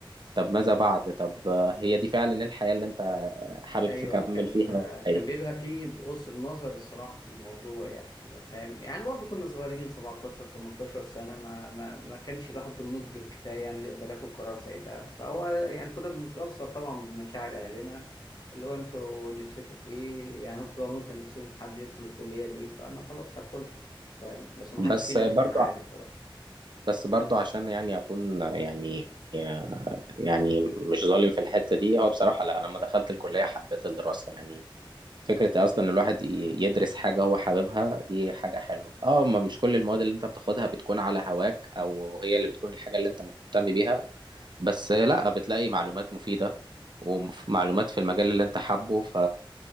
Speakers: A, on the right; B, on the left.
A: طب ماذا بعد طب آه، هي دي فعلا الحياة اللي انت آه، حابب
B: ايوه
A: تكمل
B: كان
A: فيها أي.
B: كان بيبقى فيه بقصر نظر الصراحه في الموضوع يعني فاهم يعني برضه كنا صغيرين 17 18 سنه ما ما ما كانش الواحد بالنضج الكفايه يعني يقدر ياخد قرار زي ده فهو يعني كنا بنتاثر طبعا بمشاعر اهلنا اللي هو انتوا نفسكم في ايه يعني انتوا لو ممكن نفسكم في حد يدخل الكليه دي فانا خلاص هدخل فاهم بس ما حدش
A: بس
B: فينا
A: برضو
B: كان عارف بقى
A: بس برضو عشان يعني اكون يعني آه، يعني مش ظالم في الحتة دي هو بصراحة لا انا لما دخلت الكلية حبيت الدراسة يعني فكرة أصلا الواحد ي- يدرس حاجة هو حاببها دي حاجة حلوة اه ما مش كل المواد اللي انت بتاخدها بتكون على هواك أو هي اللي بتكون الحاجة اللي انت مهتم بيها بس لا بتلاقي معلومات مفيدة ومعلومات في المجال اللي انت حابه ف...